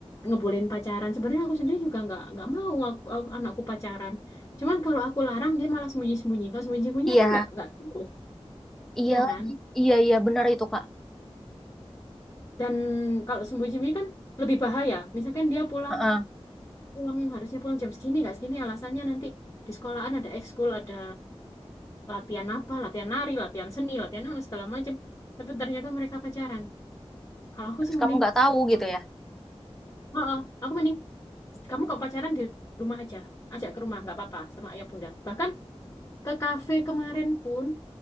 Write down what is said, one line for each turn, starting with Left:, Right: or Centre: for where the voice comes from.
Left: ngebolehin pacaran. Sebenarnya aku sendiri juga nggak nggak mau aku- aku- anakku pacaran. Cuman kalau aku larang dia malah sembunyi-sembunyi. Kalau sembunyi-sembunyi
Centre: Iya,
Left: aku nggak nggak tahu,
Centre: iya
Left: ya
Centre: lagi.
Left: kan?
Centre: Iya, iya benar itu, Kak.
Left: Dan kalau sembunyi-sembunyi kan lebih bahaya. Misalkan dia pulang
Centre: Heeh.
Left: pulang harusnya pulang jam segini nggak segini alasannya nanti di sekolahan ada ekskul ada latihan apa latihan nari latihan seni latihan apa segala macam tapi ternyata mereka pacaran kalau aku
Centre: Terus
Left: sih mending
Centre: kamu nggak tahu gitu
Left: oh,
Centre: ya.
Left: oh, aku mending kamu kok pacaran di rumah aja ajak ke rumah nggak apa-apa sama ayah bunda bahkan ke kafe kemarin pun